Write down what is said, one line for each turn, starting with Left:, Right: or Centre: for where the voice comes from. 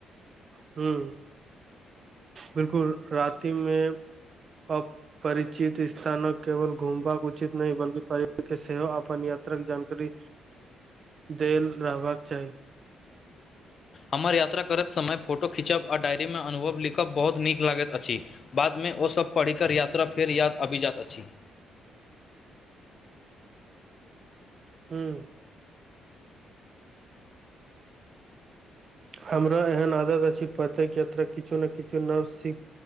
Right: हुँ बिलकुल रातिमे अ परिचित स्थानक केवल घुमबाक उचित नहि बलकी पर्यव के सेहो अपन यात्राक जानकारी देल रहबाक चाही
Left: हमर यात्रा करैत समय फोटो खिचब आ डायरीमे अनुभव लिखब बहुत नीक लागैत अछि बादमे ओसभ पढ़िकर यात्रा फेर याद अबिजात अछि
Right: हुँ हमरा एहन आदत अछि प्रतेक यात्रा किछो नऽ किछो नव सिख